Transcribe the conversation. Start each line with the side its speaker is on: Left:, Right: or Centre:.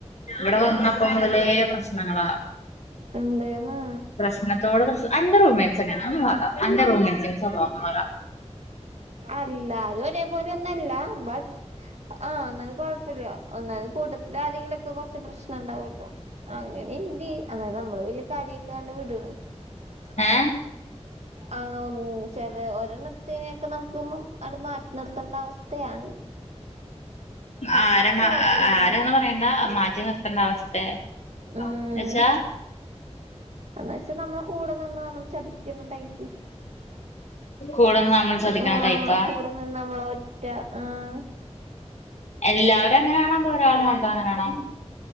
Left: ഇവിടെ വന്നപ്പ മുതലേ പ്രശ്നങ്ങളാ
Right: എന്തേ ന്ന്
Left: പ്രശ്നത്തോട് പ്രശ് നഅന്റെ റൂമേഴ്സ് എങ്ങന ഒന്ന് പറ അന്റെ റൂമേഴ്സിന്റെ സ്വഭാവങ്ങള് പറ
Right: അല്ലാരും ഒരേ പോലെ ഒന്നും അല്ല ബട്ട് ആഹ് ഒന്നാലും കൊഴപ്പോല്ല ഒന്നാലും കൂട്ടത്തി ആരെങ്കിലും ഒക്കെ കൊറച്ച് പ്രശ്നം ഉണ്ടാവലോ അങ്ങനെ ഇണ്ട് അതായത് നമ്മള് വല്യ കാര്യക്കാണ്ട് വിടണ്
Left: ഏ
Right: ആഹ് ഒ ചെല ഒരെണ്ണത്തനെ ഒക്കെ നമുക്ക് ഒന്ന് മാറ്റി നിർത്തേണ്ട അവസ്ഥയാണി
Left: ആര് എന്നാണ്‌
Right: ഓക്കെയാണ്
Left: ആരാന്ന് പറയണ്ട മാറ്റി നിർ എന്നാ അവസ് തെ എന്ന്
Right: ഉം
Left: വച്ചാ
Right: എന്ന് വെച്ച നമ്മളെ കൂടെ നിന്ന് നമ്മളെ ചതിക്കുന്ന ടൈപ്പ
Left: കൂടെ നിന്ന് നമ്മളെ ചതിക്കണ
Right: ആ
Left: ടൈപ്പാ
Right: കൂടെ നിന്ന് നമ്മളെ ഒറ്റ ആഹ്
Left: എല്ലാവരും
Right: എല്ലാരും
Left: അങ്ങനാണോ അതോ ഒരാള്
Right: എല്ലാവക്കും
Left: മാത്രം അങ്ങനാണോ